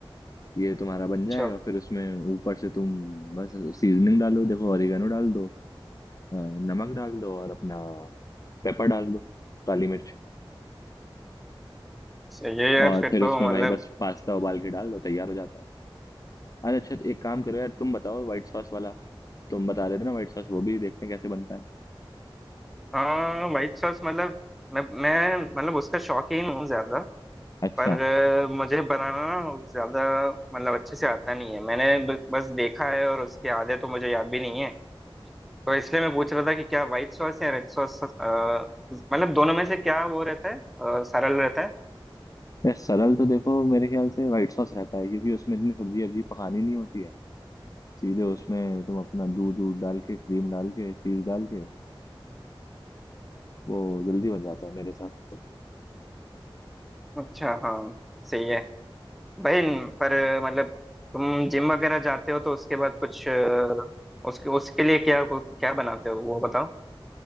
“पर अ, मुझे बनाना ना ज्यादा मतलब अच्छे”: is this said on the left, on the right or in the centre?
Centre